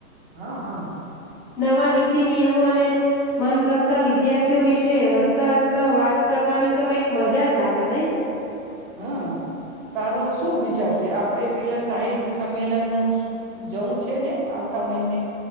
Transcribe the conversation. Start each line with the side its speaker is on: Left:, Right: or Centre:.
Right: હા હા.
Left: નવા નીતિ નિયમો અને મનગમતા વિદ્યાર્થીઓ વિશે હસતા હસતા વાત કરવાની તો કઈક મજા જ આવે નહી.
Right: હ તારો શું વિચાર છે આપડે પેલા સાહિત્ય સંમેલન ન જવું છે ને આવતા મહિને.